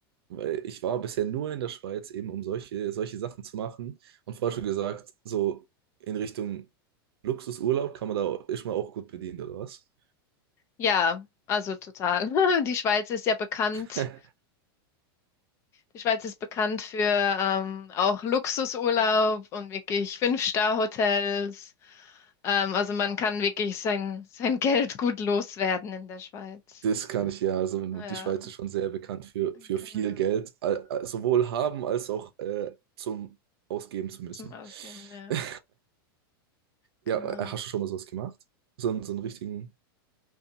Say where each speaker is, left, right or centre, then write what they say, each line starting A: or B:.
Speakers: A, on the right; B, on the left.
A: weil ich war bisher nur in der Schweiz, eben um solche, solche Sachen zu machen. Und vorher schon gesagt, so in Richtung Luxusurlaub kann man da, ist man auch gut bedient, oder was?
B: ja, also total. <laughs> Die Schweiz ist ja bekannt.
A: <laughs>
B: Die Schweiz ist bekannt für ähm, auch Luxusurlaub und wirklich Fünf-Star-Hotels. Ähm, also man kann wirklich sein, sein Geld gut loswerden in der Schweiz.
A: Das kann ich ja. Also die
B: Ja,
A: Schweiz ist schon sehr bekannt für, für
B: genau.
A: viel Geld, al- al- sowohl haben als auch äh, zum Ausgeben zu müssen.
B: Zum Ausgeben, ja,
A: <laughs>
B: genau.
A: Ja, äh, hast du schon mal sowas gemacht? So, einen- so einen richtigen